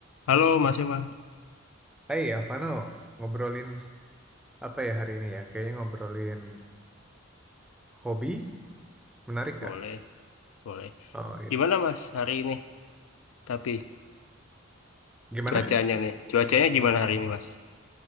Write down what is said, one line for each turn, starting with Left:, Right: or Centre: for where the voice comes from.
Left: Halo Mas Yoma,
Centre: Hai Alvano, ngobrolin apa ya hari ini ya? Kayaknya ngobrolin hobi, menarik nggak?
Left: boleh, boleh.
Centre: Oh iya.
Left: Gimana Mas hari ini? Tapi
Centre: Gimana?
Left: cuacanya nih, cuacanya gimana hari ini Mas?